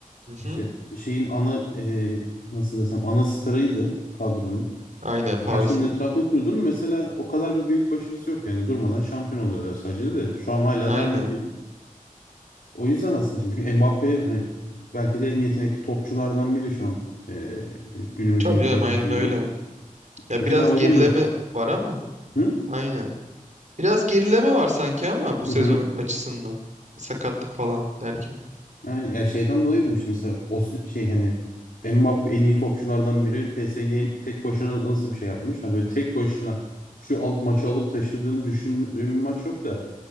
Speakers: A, on the right (about 60°); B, on the left (about 90°).
A: Hı
B: işte
A: hı.
B: şeyin ana e, nasıl desem ana starıydı kadronun.
A: Aynen
B: E,
A: Paris'in.
B: Her şey onun etrafında kuruldu mu? Mesela o kadar bir büyük başarısı yok yani durmadan şampiyon oluyorlar sadece de. Şu an hala
A: Aynen.
B: devam ediyor. O yüzden aslında şimdi çünkü Mbappe hani belki de en yetenekli topçulardan biri şu an e, günümüzün
A: Tabii
B: piyasasında.
A: canım aynen öyle. Ya
B: İşte
A: biraz
B: ben o yüzden
A: gerileme
B: biraz
A: var ama
B: hı
A: aynen. Biraz gerileme var sanki ama bu sezon
B: hı. hı.
A: açısından. Sakatlık falan derken.
B: Yani ya şeyden dolayı dedim işte mesela o s- şey hani Mbappe en iyi topçulardan biri PSG tek başına nasıl bir şey yapmış? Hani böyle tek başına şu al- maçı alıp taşıdığını düşündüğüm bir maç yok da